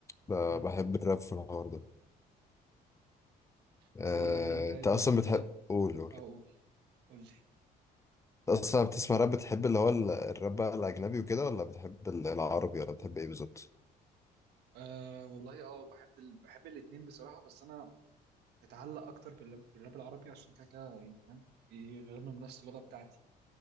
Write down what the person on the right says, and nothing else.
امم
بس
ايه اللي يعني انت ايه
ب-
ايه
اللي
اقول قول لي
آه والله اه بحب ال... بحب الاتنين بصراحه بس انا بتعلق اكتر بالراب, بالراب العربي عشان كده كده يعني فاهم يغنوا بنفس اللغه بتاعتي